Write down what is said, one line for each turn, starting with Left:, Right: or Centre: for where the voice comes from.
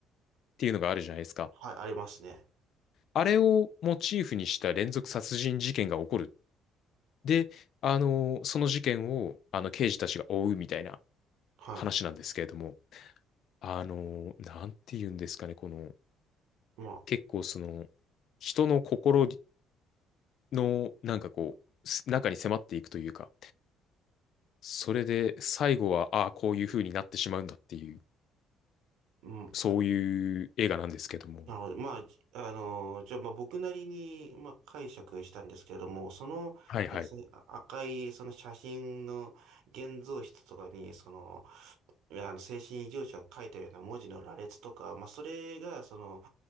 Left: ていうのがあるじゃないですか。
Right: はい、ありますね。
Left: あれをモチーフにした連続殺人事件が起こる。で、あの、その事件を、あの、刑事たちが追うみたいな。
Right: は
Left: 話なんですけれども、あの、なんて言うんですかね、この、
Right: い。まあ、
Left: 結構その、人の心の、なんかこう、す中に迫っていくというか、それで最後は、ああ、こういう風になってしまうんだっていう、
Right: うん
Left: そういう映画なんですけども、
Right: なのでまあ、じあのじゃあ、まあ、僕なりに、まあ、解釈したんですけれども、その、
Left: はいはい。
Right: そのあ赤い、その写真の現像室とかに、その、いやあの、精神異常者を書いたような文字の羅列とか、まあ、それが、その、